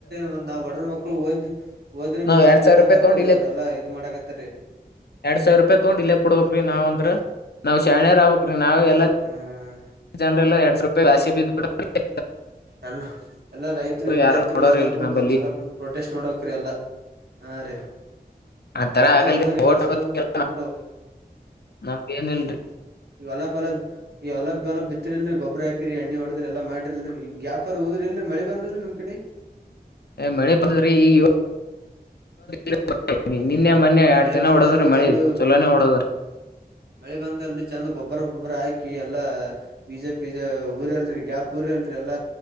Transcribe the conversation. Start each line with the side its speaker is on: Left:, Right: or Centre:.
Right: ಮ ನಾವ್ ಬಡರ್ ಮಕ್ಳು ಓದ್ ಓದ್ರಿ
Left: ನಾವ್
Right: ಬೆಲಿ
Left: ಎರಡ್
Right: ಇರ್ಲದಂಗ
Left: ಸಾವಿರ ರೂಪಾಯಿ
Right: ಆತ್ತರಿ
Left: ತೊಗೊಂಡ್
Right: ಅವ್ರ ಎಲ್ಲಾ ಇದು ಮಾಡಕ್ತ್ತತರಿ
Left: ಯಾಡ್ ಸಾವರ ರೂಪಾಯಿ ತಗೊಂಡ ಇಲ್ಲೆ ಕೊಡ್ಬೇಕರೀ ನಾವ ಅಂದ್ರ ನಾವ್ ಶಾಣ್ಯಾರ ಆಗ್ಬೇಕ್ರಿ ನಾವ ಎಲ್ಲ
Right: ಹ್ಮ್ ಹ್ಮ.
Left: ಜನರೆಲ್ಲ ಯಾಡ್ ಸಾವರ ರೂಪಾಯಿ ಆಸೆಗ ಬಿದ್ದ ಬಿಟ್ಟಾರಿ
Right: ಎಲ್ಲ ಎಲ್ಲಾ ರೈತರು ವಿದ್ಯಾರ್ಥಿಗಳು
Left: ಯಾರು ನೋಡೋರ್
Right: ಎಲ್ಲಾ
Left: ಇಲ್ರಿ
Right: ಕುಂತು
Left: ನಂಬಲ್ಲಿ
Right: ಒಂದ್ಸಲ ಕುಂತ ಪ್ರೊಟೆಸ್ಟ್ ಮಾಡ್ಬೇಕ್ರಿ ಎಲ್ಲಾ ಹಾರಿ.
Left: ಆತರ
Right: ಮತ್
Left: ಆಗಲ್ರಿ
Right: ಏನ್ ನಡದ್ರಿ ಕೆಲ್ಸ
Left: ಓಟ್ ಹಾಕೋದ
Right: ಅದು ಎಲ್ಲೋ
Left: ನಮ್ದ ಏನಿಲ್ರಿ
Right: ಈ ಹೊಲಾ ಪಲಾ ಈಗ ಹೊಲ ಬಿಲ್ ಬಿತ್ರಿಲ್ರಿ ಗೊಬ್ಬರ ಹಾಕಿರಿ ಎಣ್ಣೆ ಹೊಡದ್ರ ಎಲ್ಲಾ ಮಾಡ ರಿಲ್ರಿ ಈ ಗ್ಯಾಪರ ಉಗದಿರಿಲ್ರಿ ಮಳಿ ಬಂದದ ನಿಮ್ ಕಡೆ.
Left: ಎ ಮಳಿ ಬಂದದ್ರಿ ಈ ಇವ್ ಇವ ನಿನ್ನೆ ಮೊನ್ನೆ
Right: ಈ
Left: ಯಾಡ್
Right: ಮಳಿ
Left: ದಿನ
Right: ಬಂದಲ್ರಿ
Left: ಹೊಡದದ್ರಿ ಮಳಿ
Right: ಚಂದ
Left: ಚಲೋನೇ ಹೊಡದದ್ರಿ.
Right: ಮಳೆ ಬಂದಲ್ಲಿ ಚಂದ ಗೊಬ್ಬರ ಗಿಬ್ಬರ ಹಾಕಿ ಎಲ್ಲಾ ಬಿಜೆ ಪಿಜ ಊರಲ್ರಿ ಗ್ಯಾಪ್ ಪೂರಿಲ್ರೆ ಎಲ್ಲ